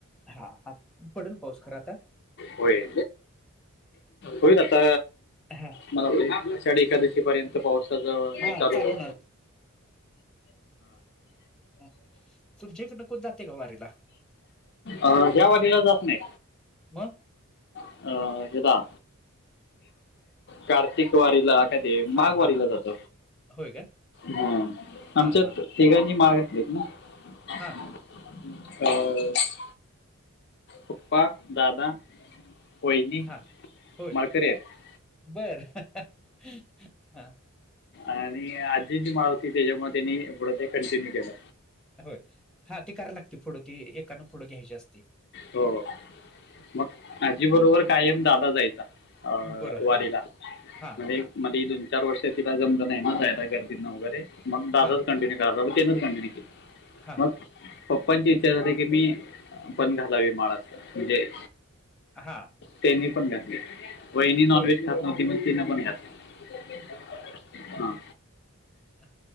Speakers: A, in the centre; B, on the left.
A: हा पडेल पाऊस खरं आता.
B: होय. होईल आता
A: हा
B: मला साडे एकादशी पर्यंत. पावसाच हे
A: हा
B: चालू आहे.
A: होणार ह तुमच्या इकडनं कोण जाते ग वारीला.
B: अ ह्या वाडीीला जात नाही.
A: म.
B: हा ह कार्तिक वारला. काय ते
A: हा
B: माघ वारीला
A: हा
B: जात.
A: होय का
B: हा
A: हा
B: आमच्या
A: हा हा
B: तिघांनी माग असलीत ना.
A: हा.
B: हाव <inaudible> पपा, दादा वहिनी
A: हा, होय
B: माळकरी आहेत
A: बर <inaudible> <inaudible> हा
B: आणि आजी जी मत ते, त्याच्यामुळे त्यांनी पुढे ते कंटिन्यू केलं.
A: होय हा तेी करायला लागते पुढं ती एकान पुढं घ्यायची असती.
B: हो. मग आजी बरोबर काय आहे दादा जायचा अ
A: बरं
B: वारीला.
A: हा हा
B: दोन चार वर्ष ति जम नाही नाय गर्दी वगरे मग दादाच
A: हां,
B: कंटिन्य. त्यांच क
A: हां,
B: मग. पप्पांची इच्छा झाते की मी आपण घालावी माळा अस म्हणजे.
A: हां.
B: तेनी पण घातली वहिणी नॉनव्हेज
A: होय.
B: खात नव्हती मग तिन पण खातली. हा.
A: ह.